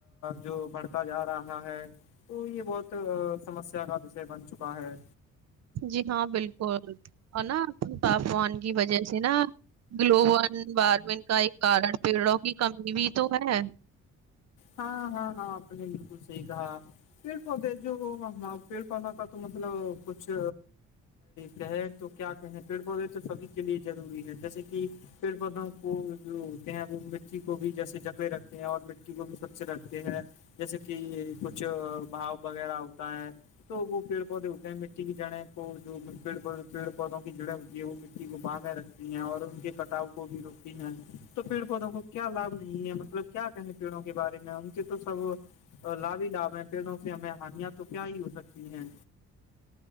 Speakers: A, on the left; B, on the right.
A: جو بڑھتا جا رہا ہے تو یہ بہت سمسیا کا وشے بن چکا ہے
B: جی ہاں بالکل اور نا تاپمان کی وجہ سے نا گلوبل وارمنگ کا ایک کارن پیڑوں کی کمی بھی تو ہے
A: ہاں ہاں ہاں اپ نے بالکل صحیح کہا پیڑ پودے جو پیڑ پودے کا تو مطلب کچھ کہے تو کیا کہیں پیڑ پودے تو سبھی کے لیے ضروری ہے جیسے کہ پیڑ پودوں وہ جو ہوتے ہیں وہ مٹی کو بھی جیسے جگے رکھتے ہیں اور مٹی کو بھی سوچھ رکھتے ہیں جیسے کہ کچھ بھاؤ وغیرہ ہوتا ہے تو وہ پیڑ پودے ہوتے ہیں مٹی کی جڑیں کو جو پڑ پیڑ پودوں کی جڑیں ہوتی ہے وہ مٹی کو باندھ میں رکھ اور ان کے کٹاؤ کو بھی روکتی ہیں تو پیڑ پودوں کو کیا لابھ نہیں ہے مطلب کیا کہیں پیڑوں کے بارے ان کے تو سب لابھ ہی لابھ ہیں پیڑوں سے ہمیں ہانیاں تو کیا ہی ہو سکتی ہیں